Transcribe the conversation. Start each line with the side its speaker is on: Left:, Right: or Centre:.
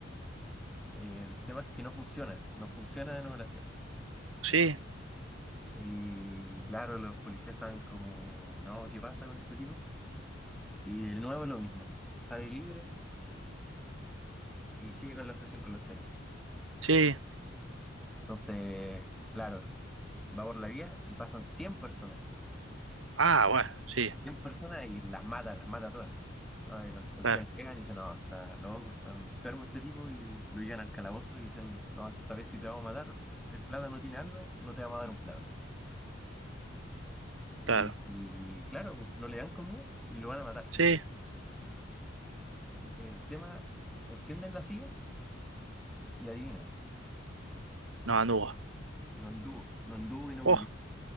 Centre: Eh, el tema es que no funciona, no funciona de nuevo la silla eléctrica.
Right: Sí,
Centre: Y claro, los policías estaban como, no, ¿qué pasa con este tipo? Y de nuevo lo mismo, sale libre y sigue con la obsesión con los trenes.
Right: sí.
Centre: Entonces, claro, va por la vía y pasan 100 personas.
Right: Ah, bueno, sí.
Centre: 100 personas y las mata, las mata todas. No, y los policías
Right: Claro,
Centre: llegan y dicen, no, está loco, está enfermo este tipo, y lo llevan al calabozo y dicen, no, esta vez si te vamos a matar, el plátano tiene algo, no te vamos a dar un plátano.
Right: claro.
Centre: Y, y claro, pues, no le dan comida y lo van a matar.
Right: Sí.
Centre: El tema, encienden la silla y adivina,
Right: No, Anugo.
Centre: no anduvo, no anduvo y no
Right: Oh,
Centre: murió.